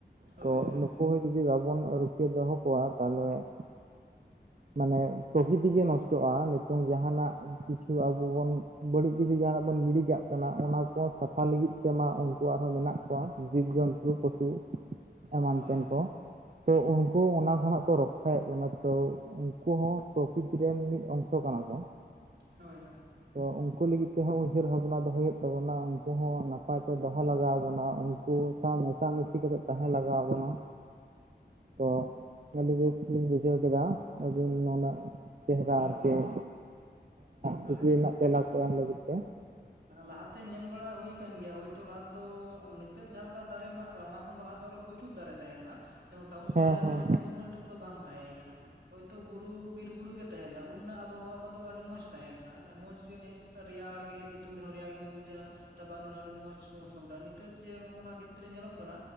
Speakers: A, on the right (about 70°); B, on the right (about 50°).
A: ᱦᱳᱭ
B: ᱠᱚ
A: ᱦᱳᱭ
B: ᱟᱠᱚ ᱦᱚᱸ ᱡᱩᱫᱤ ᱵᱟᱵᱚᱱ ᱨᱩᱠᱷᱭᱟᱹ ᱫᱚᱦᱚ ᱠᱚᱣᱟ ᱛᱟᱦᱞᱮ, ᱢᱟᱱᱮ ᱯᱨᱚᱠᱤᱛᱤ ᱜᱮ ᱱᱚᱥᱴᱚᱜᱼᱟ ᱱᱤᱛᱚᱝ ᱡᱟᱸᱦᱟᱱᱟᱜ ᱠᱤᱪᱷᱩ ᱟᱵᱚ ᱵᱚᱱ ᱵᱟᱹᱲᱤᱡ ᱠᱤᱪᱷᱩ ᱡᱟᱦᱟᱸᱱᱟᱜ ᱵᱚᱱ ᱜᱤᱰᱤ ᱠᱟᱜ ᱠᱟᱱᱟ, ᱚᱱᱟ ᱠᱚ ᱥᱟᱯᱷᱟ ᱞᱟᱹᱜᱤᱫ ᱛᱮᱢᱟ ᱩᱱᱠᱩ ᱟᱨᱦᱚᱸ ᱢᱮᱱᱟᱜ ᱠᱚᱣᱟ᱾ ᱡᱤᱵ ᱡᱚᱱᱛᱩ ᱯᱚᱥᱩ ᱮᱢᱟᱱ
A: ᱦᱳᱭ
B: ᱛᱮᱱ
A: ᱦᱳᱭ
B: ᱠᱚ ᱛᱚ ᱩᱱᱠᱩ ᱚᱱᱟ ᱡᱟᱸᱦᱟᱱᱟᱜ ᱠᱚ ᱨᱚᱠᱠᱷᱟᱭᱮᱫ ᱵᱚᱱᱟ ᱛᱚ ᱩᱱᱠᱩ ᱦᱚᱸ ᱯᱨᱚᱠᱤᱛᱤ ᱨᱮᱱ ᱢᱤᱫ ᱚᱝᱥᱚ ᱠᱟᱱᱟ ᱠᱚ᱾
A: ᱦᱳᱭ ᱦᱳᱭ᱾
B: ᱛᱚ ᱩᱱᱠᱩ ᱞᱟᱹᱜᱤᱫ ᱛᱮᱦᱚᱸ ᱩᱭᱦᱟᱹᱨ ᱵᱷᱟᱵᱽᱱᱟ ᱫᱚᱦᱚᱭ ᱦᱩᱭᱩᱜ ᱛᱟᱵᱚᱱᱟ, ᱩᱱᱠᱩ ᱦᱚᱸ ᱱᱟᱯᱟᱭ ᱛᱮ ᱫᱚᱦᱚ ᱞᱟᱜᱟᱣ ᱵᱚᱱᱟ, ᱩᱱᱠᱩ ᱥᱟᱶ ᱢᱮᱥᱟ ᱢᱮᱥᱤ ᱠᱟᱛᱮ ᱛᱟᱦᱮᱸ ᱞᱟᱜᱟᱣ ᱟᱵᱚᱱᱟ, ᱛᱚ ᱟᱹᱰᱤ ᱨᱟᱹᱥ ᱞᱤᱧ ᱵᱩᱡᱷᱟᱹᱣ ᱠᱮᱫᱟ ᱟᱹᱵᱤᱱ ᱱᱩᱱᱟᱹᱜ ᱪᱮᱦᱨᱟ ᱟᱨᱠᱤ᱾ ᱮᱸ
A: ᱦᱳᱭ
B: ᱠᱩᱠᱞᱤ ᱨᱮᱱᱟᱜ ᱛᱮᱞᱟ ᱠᱚ ᱮᱢ ᱞᱟᱹᱜᱤᱫ ᱛᱮ᱾
A: ᱞᱟᱦᱟᱛᱮ ᱧᱮᱞ ᱵᱟᱲᱟ ᱦᱩᱭ ᱟᱠᱟᱱ ᱜᱮᱭᱟ ᱦᱩᱭ ᱛᱚ ᱞᱟᱦᱟ ᱫᱚ ᱱᱤᱛᱚᱜ ᱡᱟᱦᱟ ᱞᱮᱠᱟ ᱫᱟᱨᱮ ᱢᱟᱜ ᱟᱠᱟᱱᱟ ᱚᱱᱟ ᱠᱷᱚᱱ ᱫᱚ ᱞᱟᱦᱟ ᱫᱚ ᱟᱨᱚ ᱯᱩᱪᱩᱨ ᱫᱟᱨᱮ ᱛᱟᱦᱮᱸ ᱞᱮᱱᱟ, ᱡᱮᱢᱚᱱ ᱴᱟᱣᱩᱱ
B: ᱦᱮᱸ
A: ᱵᱟᱡᱟᱨ
B: ᱦᱮᱸ
A: ᱠᱚᱫᱚ ᱩᱱᱫᱚ ᱩᱱᱟᱹᱜ ᱫᱚ ᱵᱟᱝ ᱛᱟᱦᱮᱸ ᱠᱟᱱᱟ ᱦᱳᱭ ᱛᱳ ᱵᱩᱨᱩ ᱵᱤᱨ ᱵᱩᱨᱩ ᱜᱮ ᱛᱟᱦᱮᱸ ᱞᱮᱱᱟ, ᱩᱱᱟᱹᱜ ᱟᱵᱚᱦᱟᱣᱟ ᱠᱚᱫᱚ ᱟᱹᱰᱤ ᱢᱚᱸᱡᱽ ᱛᱟᱦᱮᱸ ᱞᱮᱱᱟ, ᱢᱚᱸᱡᱽ ᱜᱮ ᱱᱮᱜᱼ ᱱᱮᱛᱟᱨ ᱨᱮᱭᱟᱲ ᱜᱮ ᱥᱤᱛᱩᱝ ᱫᱤᱱ ᱦᱚ ᱨᱮᱭᱟᱲ ᱜᱮᱢ ᱵᱩᱡᱟ ᱨᱟᱵᱟᱝ ᱫᱤᱱ ᱦᱚᱸ ᱟᱹᱰᱤ ᱢᱚᱸᱡᱽ ᱢᱳᱣᱥᱚᱢ ᱴᱟᱜ ᱱᱤᱛᱚᱜ ᱡᱮ ᱚᱱᱟ ᱠᱷᱮᱛᱨᱮ ᱧᱮᱞᱚᱜ ᱠᱟᱱᱟ,